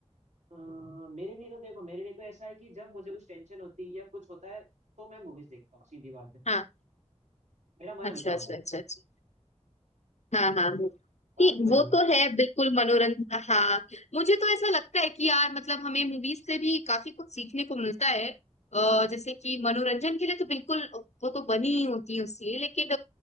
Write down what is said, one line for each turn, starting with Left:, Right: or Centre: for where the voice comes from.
Right: अ, मेरे लिए तो देखो मेरे लिए तो ऐसा है कि जब मुझे कुछ टेंशन होती है या कुछ होता है तो मैं मूवीज देखता हूँ सीधी बात है
Left: हाँ
Right: मेरा मन हल्का
Left: अच्छा
Right: हो
Left: अच्छा
Right: जाता
Left: अच्छा
Right: है
Left: अच्छा हाँ हाँ हाँ।
Right: बात
Left: नहीं,
Right: वो है
Left: वो
Right: वो
Left: तो है बिल्कुल मनोरंजन हाँ मुझे तो ऐसा लगता है कि यार मतलब हमें मूवीज से भी काफी कुछ सीखने को मिलता है अ, जैसे कि मनोरंजन के लिए तो बिल्कुल वो तो बनी ही होती है उसके लिए लेकिन